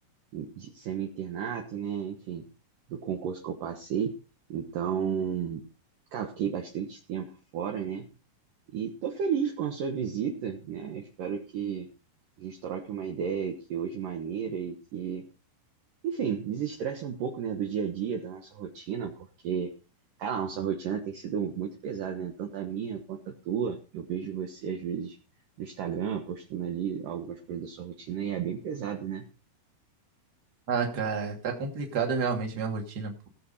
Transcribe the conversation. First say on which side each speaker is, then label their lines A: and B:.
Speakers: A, on the right; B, on the right.
A: de semi-internato, né? Enfim, do concurso que eu passei. Então, cara, fiquei bastante tempo fora, né? E tô feliz com a sua visita, né? Espero que a gente troque uma ideia que hoje maneira e que, enfim, desestresse um pouco, né, do dia a dia, da nossa rotina, porque, cara, a nossa rotina tem sido muito pesada, né? Tanto a minha quanto a tua. Eu vejo você, às vezes, no Instagram, postando ali algumas coisas da sua rotina e é bem pesado, né?
B: Ah, cara, tá complicado realmente minha rotina, pô.